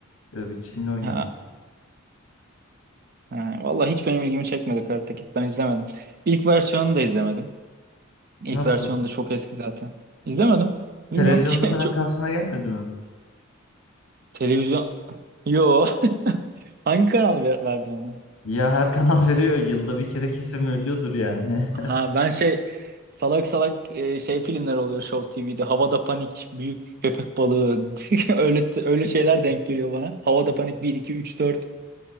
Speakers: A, on the left; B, on the right.
A: Ee, bir Çinli oynuyor.
B: Ha, ha, vallahi hiç benim ilgimi çekmedi Karate Kid. Ben izlemedim. İlk versiyonunu da izlemedim. İlk
A: Nasıl?
B: versiyonu da çok eski zaten. İzlemedim.
A: Televizyonda
B: Bilmiyorum ki.
A: falan
B: <laughs> Çok,
A: karşısına gelmedi mi?
B: televizyon. Yo. <laughs> Hangi kanal ver- verdi onu?
A: Ya her kanal <laughs> veriyor. Yılda bir kere kesin ölüyordur yani.
B: Aha,
A: <laughs>
B: ben şey salak salak e, şey filmler oluyor Show TV'de. Havada Panik, Büyük Köpek Balığı. <laughs> Öyle öyle şeyler denk geliyor bana. Havada Panik bir 2 3 dört